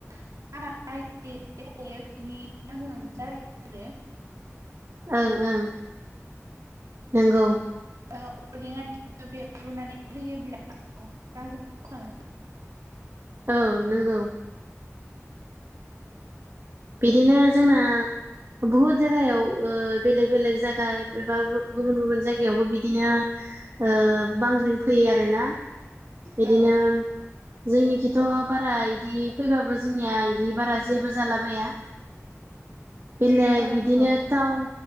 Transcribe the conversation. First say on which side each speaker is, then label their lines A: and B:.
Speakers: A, on the right; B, on the right.
A: <unintelligible>
B: ओं ओं नोंगौ
A: <unintelligible>
B: औ नोंगौ बिदिनो जोंना बुहुत जायगायाव ओ बेलेग बेलेग जायगा एबा गुबुन गुबुन जायगायावबो बिदिनो ओ बांग्रिं फैयो आरोना।
A: औ
B: बिदिनो
A: औ
B: जोंनिखिथ' बारा इ दि फैबाबो जोंनिया इदि बारा जेबो जालाबाया। बेलेग
A: औ
B: बिदिनो
A: नंगौ
B: टाउन